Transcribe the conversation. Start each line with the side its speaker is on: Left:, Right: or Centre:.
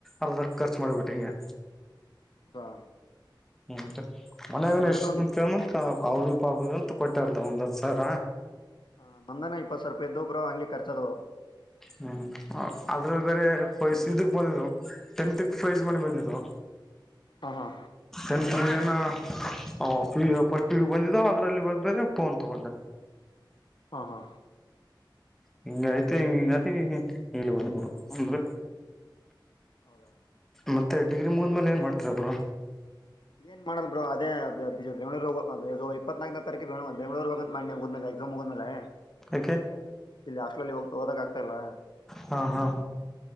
Centre: ಅರ್ಧ ಖರ್ಚು ಮಾಡ್ಬಿಟ್ರಿಗೆ
Left: ಹಾ
Centre: ಹ್ಮ್ ಮನ್ಯಾಗ
Left: ನಂದೇನ
Centre: ಎಷ್ಟಂ
Left: ಒಂದು
Centre: ಕಮ್ಮನ್ ಹ ಅವ್ರ ಭ ಪಾಪ ಅಂತ ಕೊಟ್ಟಾರ್ದ ಒಂದತ್ ಸರ
Left: ಹ ನಂದಾನೇ ಇಪ್ಪತ್ತುಾವಿ ರೂಪಾಯಿ್ದೋಗರು ಹಂಗೆ ರ್ಚೋದು
Centre: ಹ್ಮ್ ಅದ್ರಲ್ಲಿ ಬೇರೆ ಪರಿಸ್ ಇದಕ್ ಬಂದು ಟೆಂತ್ಕ್ ಪ್ರೈಸ್್ ಮನೆಿ ಬಂದಿದ್ದು
Left: ಹಹಾ
Centre: ಎಂ ತುಮ ಜನಫೀ ಫಸ್ಟ್ ೀ ಬಂದಿದ ಅದ್ರಲ್ಲಿ ಬ ಬೇರೆ ಫೋನ್ ತಗೊಂಡೆ
Left: ಹಾ ಹಾ
Centre: ಹಿಂಗ ಐತಿ ಹಿಂಗ ಳ ಬಣಪುರು ಅಂದ್ರೆ
Left: ಹೌದಾ
Centre: ಮತ್ತೆ ಡಿಗ್ರಿ ಮುಂದ್ಮೇಲೆ ಏನ್ ಮಾಡ್ತಾರ ಒಬ್ರು
Left: ಏನ್ ಮಾಡಲ್ ಬ್ರೋ ಅದೇ ಬೆಂಗಳೂರು ಇಪ್ಪತ್ನಾಲ್ಕನೇ ತಾರೀು ಬೆಂಗಳೂರು ಹೋಗ್ ಮಾಡಿಮ ಮುದ್ೇ ಮುಗ್ಮೇಲೆ
Centre: ಯಾಕೆ
Left: ಇಲ್ಲಿ ಹಾಸ್ಟೆಲಲ್ಲಿ ಹೋಗ ಓದಕ ಆಗ್ತ ಇಲ್ಲ
Centre: ಹಾ ಹಾ